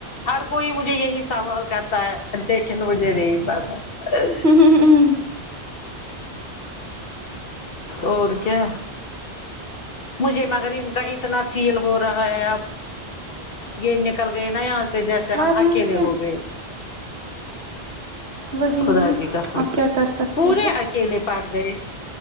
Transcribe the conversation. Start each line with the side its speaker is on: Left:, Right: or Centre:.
Left: ہر کوئی مجھے یہی سوال کرتا ہے لیکن مجھے نہیں پتا
Right: ہوں
Left: اور کیا مجھے مگر ان کا اتنا فیل ہو رہا ہے اب یہ نکل گئے نا یہاں سے جیسے
Right: ورنہ
Left: ہم اکیلے
Right: کیا
Left: ہو گئے
Right: وہی
Left: خدا
Right: نا
Left: کی قسم
Right: آپ کیا کر سکتے
Left: پورے
Right: ہیں
Left: اکیلے پڑ گئے